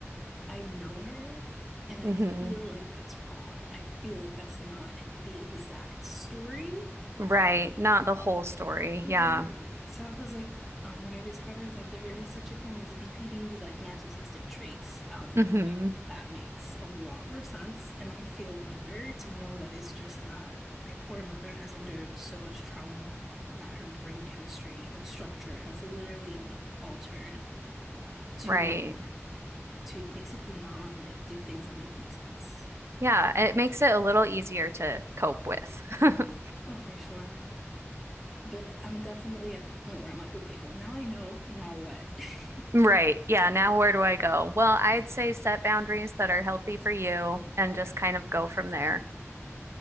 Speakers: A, in the centre; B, on the right (about 60°).
A: I know her and I
B: hmm
A: feel like that's wrong. I feel like that's not the exact story.
B: Right. Not the whole story.
A: Right.
B: Yeah.
A: So I was like, um, when I discovered that there is such a thing as BPD with like narcissistic traits, I was like,
B: hmm
A: okay, that makes a lot more sense. And I feel better to know that it's just that my poor mother has endured so much trauma that her brain chemistry and structure has literally like altered to
B: Right.
A: to basically not like do things that make any sense.
B: Yeah, it makes it a little easier to cope with. <laughs>
A: Oh, for sure. But I'm definitely at the point where I'm like, okay, well, now I know, now what? <laughs>
B: Right. Yeah. Now, where do I go? Well, I'd say set boundaries that are healthy for you and just kind of go from there.